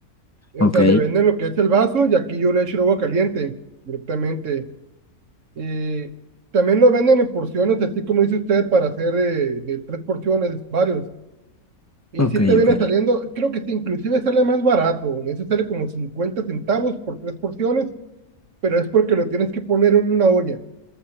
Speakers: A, on the left; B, on the right.
A: Ok,
B: o sea, me venden lo que es el vaso y aquí yo le echo el agua caliente directamente. Eh, también lo venden en porciones, así como dice usted, para hacer eh, de tres porciones, varios. Y
A: ok,
B: si te viene
A: ok.
B: saliendo, creo que sí, inclusive sale más barato. En ese sale como 50 centavos por tres porciones, pero es porque lo tienes que poner en una olla.